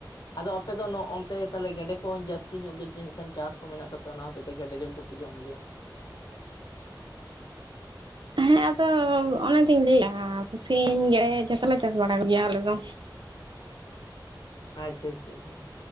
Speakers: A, on the left; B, on the right.
A: ᱟᱫᱚ ᱟᱯᱮ ᱫᱚ ᱱᱚᱜ ᱚᱱᱛᱮ ᱜᱮᱰᱮ ᱠᱚ ᱡᱟᱹᱥᱛᱤ ᱧᱚᱜ ᱜᱮ ᱠᱷᱟᱱ ᱪᱟᱥ ᱠᱚ ᱢᱮᱱᱟᱜ ᱛᱟᱯ ᱯᱮ ᱚᱱᱟ ᱦᱚᱛᱮ ᱛᱮ ᱜᱮᱰᱮ ᱡᱮᱞ ᱠᱚᱯᱮ ᱡᱚᱢ ᱜᱮᱭᱟ᱾
B: ᱦᱮᱸ ᱟᱫᱚ ᱚᱱᱟᱛᱤᱧ ᱞᱟᱹᱭᱮᱫᱼᱟ ᱥᱤᱢ ᱜᱮᱲᱮᱫ ᱡᱚᱛᱚ ᱚᱞᱮ ᱪᱟᱥ ᱵᱟᱲᱟ ᱠᱚᱜᱮᱭᱟ ᱟᱞᱮ ᱫᱚ᱾
A: ᱟᱪᱪᱷᱟ ᱟᱪᱪᱷᱟ ᱟᱪᱪᱷᱟ᱾